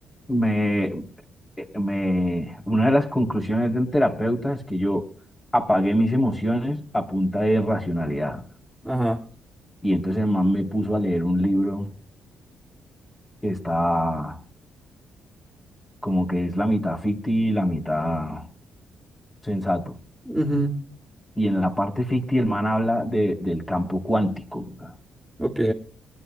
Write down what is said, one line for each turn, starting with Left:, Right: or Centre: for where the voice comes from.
Left: me, eh, me, una de las conclusiones del terapeuta es que yo apagué mis emociones a punta de racionalidad.
Centre: Ajá.
Left: Y entonces el man me puso a leer un libro que está como que es la mitad ficti y la mitad sensato.
Centre: Ujú.
Left: Y en la parte ficti el man habla de, del campo cuántico. ¿verdad?
Centre: Ok.